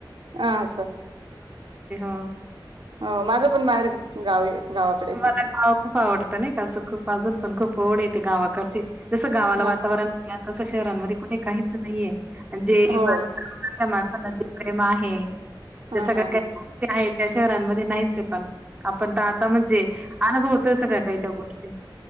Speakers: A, on the right (about 70°); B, on the right (about 15°).
A: हा असं
B: <unintelligible> <unintelligible>
A: हो माझं पण मांहेर गावीय गावाकडेचय.
B: मला गाव खूप आवडतं नाही कासं खूप अजून पण खूप ओढ येते. गावाकडची जसं गावाला
A: हा
B: वातावरण <unintelligible> तसं शहरांमध्ये कुठे काही तसं नई जे
A: हो
B: मा <unintelligible> च्या माणसाांना जे प्रेम आहे हम् त्या
A: हा
B: सगळ्या
A: हा हा
B: काइ <unintelligible> त्या शहरांमध्ये नाहीच ये पण पण आता म्हणजे अनुभव तसं काय काही त्या गोष्टी